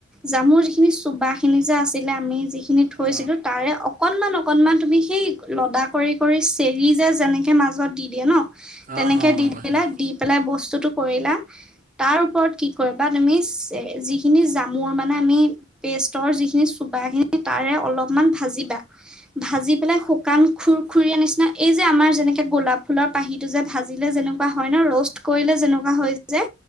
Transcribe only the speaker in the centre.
জামুৰ যিখিনি চোবা খিনি যে আছিলে, আমি যিখিনি থৈছিলোঁ,
তাৰে অকনমান, অকনমান তুমি সেই লডা কৰি, কৰি চেৰি যে যেনেকে মাজত দি দিয়ে ন তেনেকে
দি
দিলে,
দি পেলাই বস্তুটো কৰিলা, তাৰ ওপৰত কি কৰিবা তুমি, যিখিনি জামুৰ মানে আমি পেষ্টৰ যিখিনি চোবা খিনি তাৰে অলপমান ভাজিবা ভাজি পেলাই শুকান খুৰ-খুৰিয়া নিচিনা, এই যে আমাৰ যেনেকে গোলাপ ফুলৰ পাহিটো যে ভাজিলে যেনেকে হয় ন ৰষ্ট কৰিলে যেনেকুৱা হয় যে।